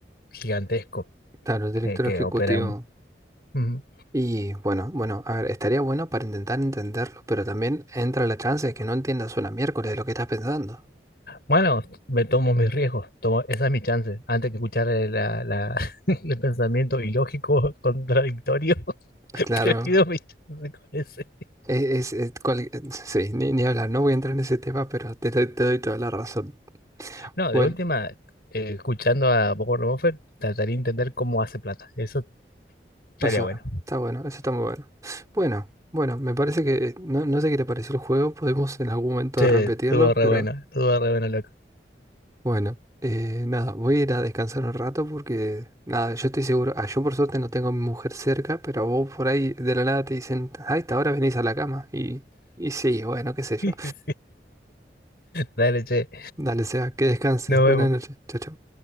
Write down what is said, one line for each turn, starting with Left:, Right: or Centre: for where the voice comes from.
Left: gigantesco
Right: Claro, el director
Left: eh, que
Right: ejecutivo.
Left: opera. en- Ujú.
Right: Y bueno, bueno, a ver, estaría bueno para intentar entenderlo, pero también entra la chance de que no entiendas una miércoles de lo que estás pensando.
Left: Bueno, me tomo mis riesgos, tomo, esa es mi chance, antes que escuchar eh, la, la- <laughs> el pensamiento ilógico, contradictorio, <laughs>
Right: Claro,
Left: prefiero mi chance con ese.
Right: es, es- es cual- <laughs> sí, ni, ni hablar, no voy a entrar en ese tema, pero te, doy te doy toda la razón.
Left: No,
Right: Bueno,
Left: de última, eh, escuchando a Warren Buffett, trataría de entender cómo hace plata, eso estaría
Right: eso
Left: bueno.
Right: está bueno, eso está muy bueno. Bueno, bueno, me parece que no, no sé qué te pareció el juego, podemos en algún momento
Left: Che,
Right: repetirlo,
Left: estuvo re
Right: pero...
Left: bueno, estuvo re bueno, loco.
Right: Bueno, eh, nada, voy a ir a descansar un rato porque, nada, yo estoy seguro, ah, yo por suerte no tengo a mi mujer cerca, pero vos por ahí de la nada te dicen, a esta hora venís a la cama. Y, y sí, bueno, qué sé yo.
Left: <laughs> Sí. Dale, che,
Right: Dale, sea, que descanses.
Left: nos
Right: Buenas
Left: vemos.
Right: noches. Chao, chao.